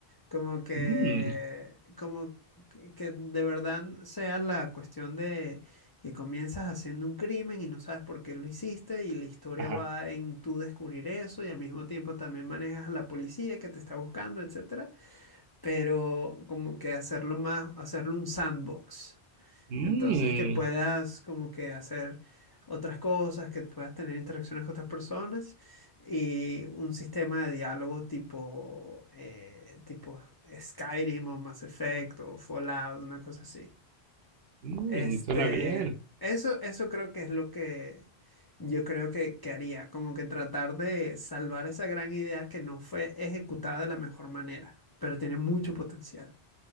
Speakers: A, on the left (about 40°); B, on the right (about 70°).
A: Como que,
B: Mm,
A: como que que de verdad sea la cuestión de que comienzas haciendo un crimen y no sabes por qué lo hiciste y la historia
B: ajá.
A: va en tú descubrir eso y al mismo tiempo también manejas a la policía que te está buscando, etcétera. Pero como que hacerlo más, hacerlo un sandbox.
B: Mm,
A: Entonces que puedas como que hacer otras cosas, que puedas tener interacciones con otras personas y un sistema de diálogo tipo, eh, tipo Skyrim o Mass Effect o Fallout, una cosa así.
B: mm,
A: Este,
B: suena bien.
A: eso, eso creo que es lo que yo creo que, que haría, como que tratar de salvar esa gran idea que no fue ejecutada de la mejor manera, pero tiene mucho potencial.